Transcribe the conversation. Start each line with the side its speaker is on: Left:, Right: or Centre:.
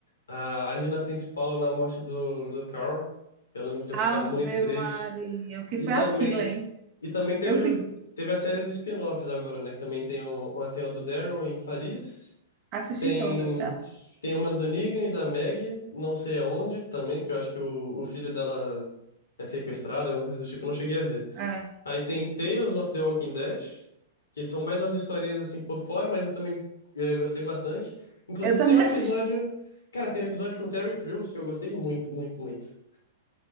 Left: Ah, ali na principal, na morte do, do Carl, eu lembro de
Right: Ave
Left: eu ficar muito triste.
Right: Maria, o que
Left: E
Right: foi
Left: também,
Right: aquilo, hein?
Left: e também teve,
Right: Eu fi-
Left: os, teve as séries spin-offs agora, né? Que também tem, o, uma- tem a do Daryl em Paris,
Right: assisti
Left: tem,
Right: todas já.
Left: tem uma do Negan e da Maggie, não sei aonde também, que eu acho que o, o filho dela é sequestrado, alguma coisa do tipo, eu não cheguei a ver.
Right: É,
Left: Aí tem Tales of the Walking Dead, que são mais umas historinhas assim por fora, mas eu também eh, gostei bastante. Inclusive
Right: eu também
Left: tem um episódio,
Right: <laughs> assisti.
Left: cara, tem um episódio com o Terry Crews que eu gostei muito, muito, muito.